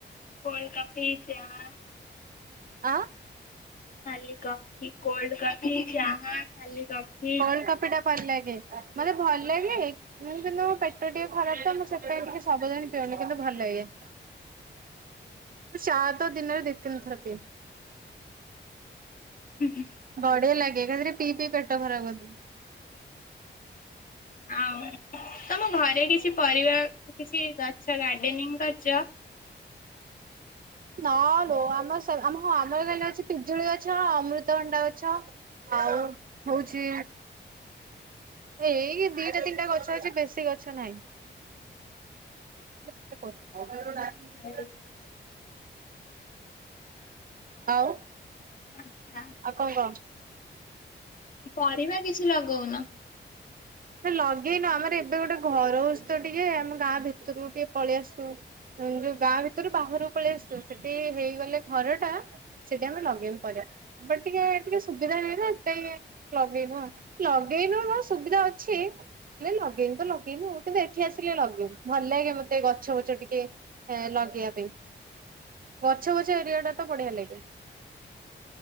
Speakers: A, on the left; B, on the right.
A: କୋଲ୍ଡକଫି ଚା?
B: ଆଁ।
A: ଖାଲି କଫି କୋଲ୍ଡ କଫି ଚାହା ଖାଲି କଫି?
B: କୋଲ୍ଡ କଫି ଟା କଣ ଲାଗେ ମାନେ ଭଲ ଲାଗେ। ମୁଁ କିନ୍ତୁ ମୋ ପେଟ ଟିକେ ଖରାପ ତ ମୁଁ ସେଥିପାଇ ଟିକେ ସବୁଦାଣି ପିଉନି କିନ୍ତୁ ଭଲ ଲାଗେ। ଚା ତ ଦିନରେ ଦି ତିନି ଥର ପିଏ।
A: ହୁଁ ହୁଁ।
B: ବଢିଆ ଲାଗେ ତା ଧେରେ ପିଇ ପିଇ ପେଟ ଖରାପ କରିଦ
A: ଆଉ ତମ ଘରେ କିଛି ପରିବା କିଛି ଗଛ ଗାର୍ଡେନିଂ କରିଛ।
B: ନା ଲୋ ଆମର ସ ଆମ ହଁ ଆମର ଗାଲେ ଅଛି ପି ଜୁଳି ଗଛ ଅମୃତଭଣ୍ଡା ଗଛ ଆଉ। ହଉଛି ଏଇ ଦିଟା ତିନିଟା ଗଛ ଅଛି ବେଶୀ ଗଛ ନାହିଁ। <unintelligible>
A: ହୁଁ
B: ଆଉ।
A: ଆଛା।
B: ଆଉ କଣ କହ।
A: ପରିବା କିଛି ଲଗଉନ।
B: ନା ଲଗେଇନୁ ଆମର ଏବେ ଗୋଟେ ଘର ହଉଛି ତ ଟିକେ ଆମ ଗାଁ ଭିତରକୁ ଟିକେ ପଳେଇ ଆସୁ। ଉଁ ଯୋଉ ଗାଁ ଭିତରୁ ବାହାରକୁ ପଳେଇ ଆସିଛୁ ସେଠି ହେଇଗଲେ ଘର ଟା। ସେଠି ଆମେ ଲଗେଇବୁ ପରିବା। ବାଟ୍ ଟିକେ ଟିକେ ସୁବିଧା ନାହିଁ ନା ହେତିପାଇଁ ଲଗେଇନୁ ଆଉ ଲଗେଇନୁ କଣ ସୁବିଧା ଅ ଛି। ହେ ଲଗେଇନି ତ ଲଗେଇନୁ ଆଉ କିନ୍ତୁ ଏଠି ଆସିଲେ ଲଗେଇବୁ ଭଲ ଲାଗେ ମତେ ଗଛ ବଛ ଟିକେ ଏଁ ଲଗେଇବା ପାଇଁ ଗଛ ବଛ ଏରିଆ ଟା ତ ବଢିଆ ଲାଗେ।